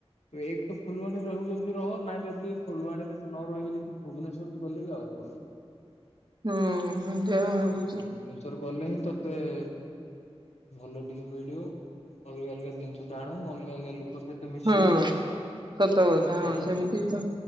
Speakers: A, on the left; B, on the right.
A: ଏକ ତ ଫୁଲବାଣୀରେ ରହିବୁ ଯଦି ରହ ନାଇଁ ଯଦି ଫୁଲବାଣୀରେ ନ ରହିବୁ ଯଦି ଭୁବନେଶ୍ୱର ଗଲେ ବି ଆହୁରି- ଭଲ।
B: ହୁଁ ସେମିତି ଏକା ଭାବୁଛି।
A: ତୁ ଭୁବନେଶ୍ଵର ଗଲେ ହିଁ ତତେ- ଭଲ ଟିକେ ମିଳିବ ଅଲଗା ଅଲଗା ଜିନିଷ ଜାଣିବୁ ଅଲଗା ଅଲଗା ଲୋକ। ସହିତ ମିଶିବୁ।
B: ହଁ ସତ କଥା
A: ଠିକ ଠାକ୍
B: ହଁ
A: ଲାଗିବ।
B: ସେମିତି ତ